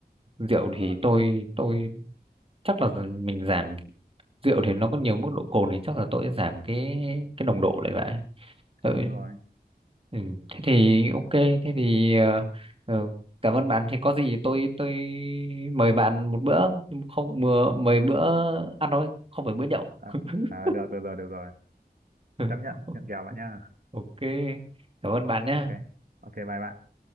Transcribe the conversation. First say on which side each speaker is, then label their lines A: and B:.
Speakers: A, on the right (about 35°); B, on the right (about 60°).
A: rượu
B: đúng rồi đúng
A: thì
B: rồi
A: tôi tôi chắc là mình giảm rượu thì nó có nhiều mức độ cồn thì chắc là tôi sẽ giảm cái cái nồng độ lại vậy tôi,
B: đúng rồi
A: ừ, thế thì ok thế thì ờ, ờ, cảm ơn bạn thì có gì tôi tôi mời bạn một bữa nhưng không mời, mời bữa ăn thôi không phải bữa nhậu
B: à,
A: <laughs>
B: à, được được rồi được rồi
A: Ừ,
B: chấp nhận nhận kèo bạn nha
A: ok cảm ơn bạn nhé
B: ok ok bye bạn